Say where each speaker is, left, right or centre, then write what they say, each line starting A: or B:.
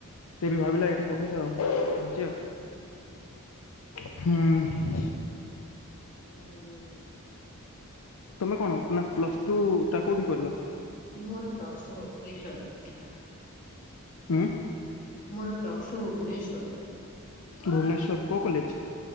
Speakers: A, on the left; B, on the left.
A: ସେ ବି ଭାବିଲା ଏଠି ପଢ଼ିଆ ଆଉ ସିଏ
B: ହୁଁ ହୁ
A: ହୁଁ।
B: ହୁଁ ହୁଁ ହୁଁ।
A: ତମେ କଣ ନା ପ୍ଲସ ଟୁ ଟା କୋଉଠି କଲ?
B: ମୋର ପ୍ଲସ ଟୁ ଭୁନେଶ୍ବରରେ ହେଇଥିଲା।
A: ହୁଁ।
B: ମୋର ପ୍ଲସ ଟୁ ଭୁବନେଶ୍ୱରରେ।
A: ଭୁବନେଶ୍ଵର କୋଉ କଲେଜ?